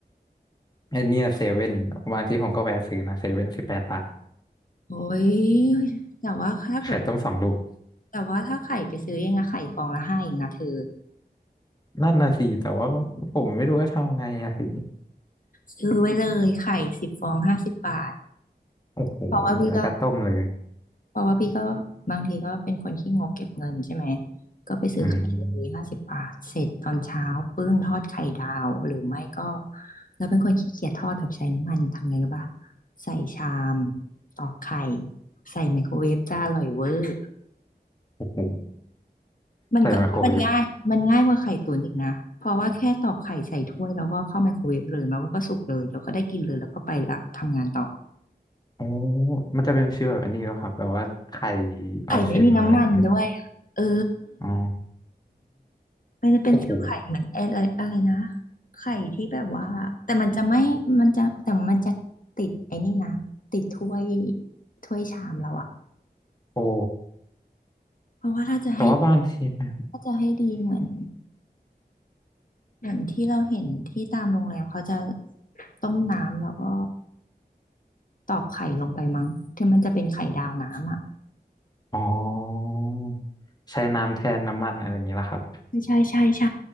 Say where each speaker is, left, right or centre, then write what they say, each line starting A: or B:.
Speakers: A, on the left; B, on the left.
A: <laughs> ไอเนี่ยเซเว่นบางทีผมก็แวะซื้อนะเซเว่นสิบแปดบาท
B: โอ้ยแต่ว่าถ้าเกิดว่า
A: ไข่ต้มสองลูก
B: แต่ว่าถ้าไข่ไปซื้อเองอะไข่ฟองละห้าเองนะเธอ
A: นั่นน่ะสิแต่ว่าผมไม่รู้จะทำไงอะสิ
B: ซื้อไว้เลยไข่สิบฟองห้าสิบบาท
A: โอ้โห
B: เพราะว่าพี่ก็
A: แล้วก็ต้มเลย
B: เพราะว่าพี่ก็บางทีก็เป็นคนขี้งกเก็บเงินใช่ไหมก็ไปซื้อไข่เลยห้าสิบบาทเสร็จตอนเช้าปึ้งทอดไข่ดาวหรือไม่ก็
A: อืม
B: เราเป็นคนขี้เกียจทอดแบบใช้น้ำมันทำไงรู้ปะใส่ชามตอกไข่ใส่ไมโครเวฟจ้าอร่อยเวอร์
A: โอ้โห
B: มันก็มันง่ายมันง่ายกว่าไข่ตุ๋นอีกนะเพราะว่าแค่ตอกไข่ใส่ถ้วยแล้วก็เข้าไมโครเวฟเลยแล้วมันก็สุกเลยแล้วก็ได้กินเลยแล้วก็ไปละทำงานต่อ
A: ใส่ไมโครเวฟโอ้มันจะเป็นชื่อแบบอันนี้แล้วครับแบบว่าไข่
B: ไข่ไม่มีน้ำมันด้วยอะเออ
A: ออนเซ็นอะไรอย่างเงี้ยหรือเปล่าอ๋อ
B: มันจะเป็นเซลล์ไข่เหมือนอะไรอะไรนะ
A: โอ้โห
B: ไข่ที่แบบว่าแต่มันจะไม่มันจะแต่มันจะติดไอ้นี่นะติดถ้วยถ้วยชามเราอะ
A: โอ้
B: เพราะว่าถ้าจะให้
A: แต่ว่าบางทีแบบ
B: ถ้าจะให้ดีเหมือนเหมือนที่เราเห็นที่ตามโรงแรมเขาจะต้มน้ำแล้วก็ตอกไข่ลงไปมั้งที่มันจะเป็นไข่ดาวน้ำอะ
A: อ๋อใช้น้ำแทนน้ำมันอะไรอย่างเงี้ยละครับ
B: ใช่ใช่ใช่ใช